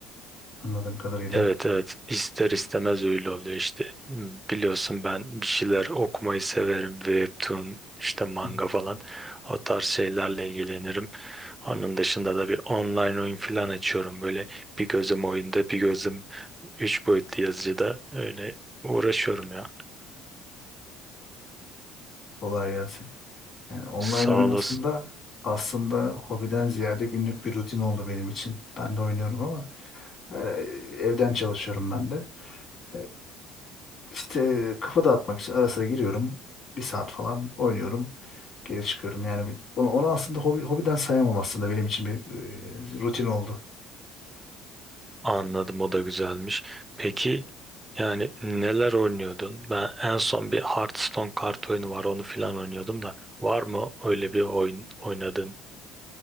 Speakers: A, on the left; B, on the right.
A: anladığım kadarıyla.
B: Evet evet ister istemez öyle oluyor işte. Hmm, Biliyorsun ben bir şeyler okumayı severim. Webtoon, işte manga
A: Hı hı.
B: falan o tarz şeylerle ilgilenirim. Onun dışında da bir online oyun falan açıyorum. Böyle bir gözüm oyunda bir gözüm üç boyutlu yazıcıda öyle uğraşıyorum ya.
A: Kolay gelsin. Yani online
B: Sağ
A: oyun
B: olasın.
A: aslında aslında hobiden ziyade günlük bir rutin oldu benim için. Ben de oynuyorum ama e, evden çalışıyorum ben de. E, İşte kafa dağıtmak için ara sıra giriyorum. Bir saat falan oynuyorum. Geri çıkıyorum. Yani bir- onu, onu aslında hobi, hobiden sayamam aslında benim için bir e, rutin oldu.
B: Anladım o da güzelmiş. Peki yani neler oynuyordun? Ben en son bir Hearthstone kart oyunu var onu filan oynuyordum da var mı öyle bir oyun oynadın?